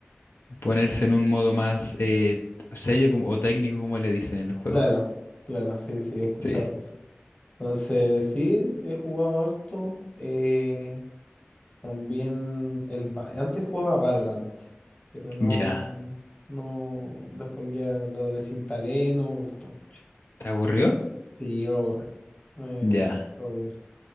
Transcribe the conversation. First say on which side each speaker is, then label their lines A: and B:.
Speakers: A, on the left; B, on the left.
A: ponerse en un modo más eh, serio como, o técnico como le dicen en el juego.
B: Claro, claro, sí, sí, he escuchado
A: Sí,
B: eso. Entonces, sí, he jugado harto. eh, también el Va- antes jugaba Valorant, pero no,
A: ya.
B: no, después ya lo desinstalé, no me gustó mucho.
A: ¿Te aburrió?
B: Sí, me aburre. Me,
A: Ya.
B: me aburre.